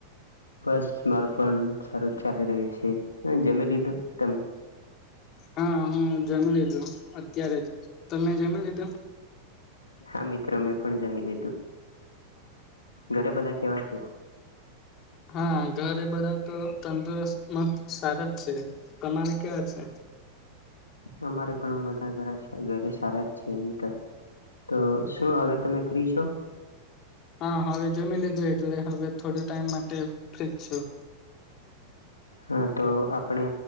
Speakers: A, on the left; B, on the left.
A: બસ મારું પણ સારું ચાલી રહ્યું છે. જમી લીધું તમે
B: હા હું જમી લીધું અત્યારે તમે જમી લીધું.
A: હા મિત્રો મેં પણ જમી લીધું ઘરે બધા કેવા છે.
B: હા ઘરે બધા તો તંદુરસ્ત મત સારા જ છે. તમારે કેવા છે.
A: અમારે પણ હ બધા ઘ ઘરે સારા જ છે. એમ તો તો શું હવે તમે ફ્રી છો.
B: હા હવે જમી લીધું એટલે હવે થોડે ટાઈમ માટે ફ્રીજ છું.
A: હા તો આપણે